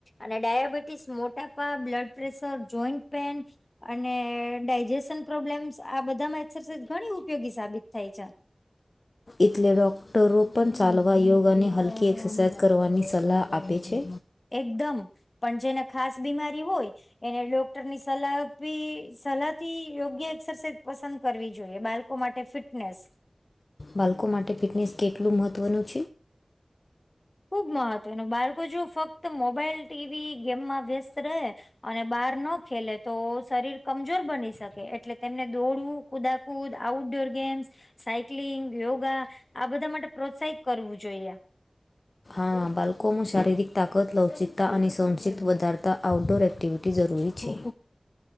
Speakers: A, on the left; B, on the left.
A: અને ડાયાબિટીસ મોટાપા બ્લડ પ્રેશર જોઈન્ટ પેન અને ડાયજેશન પ્રોબ્લેમ્સ આ બધામાં એક્સરસાઇઝ ઘણી ઉપયોગી સાબિત થાય
B: એટલે ડૉક્ટરો પણ ચાલવા યોગ અને હલકી એક્સરસાઇઝ કરવાની સલાહ આપે છે
A: એકદમ પણ જેને ખાસ બીમારી હોય એને ડોક્ટરની સલાહ સલાહથી યોગ્ય એક્સરસાઇઝ પસંદ કરવી જોઈએ બાડ કો માટે ફિટનેસ
B: બાળકો માટે ફિટનેસ કેટલું મહત્ત્વનું
A: ખુબ મહત્વનું બાળકો જો ફક્ત મોબાઈલ ટીવી ગેમમાં વ્યસ્ત રહે અને બહાર ન ખેલે તો શરીર કમજોર બની શકે એટલે તેમને દોડવું કુદા કુદ outdoor games cycling yoga આ બધા માટે પ્રોત્સાહિત કરવું જોઈએ
B: આ બાળકોમાં શારીરિક તાકાત લવચિકતા અને સંક્ષિપ્ત વધારતા આઉટડોર એક્ટિવિટી બી જરૂરી છે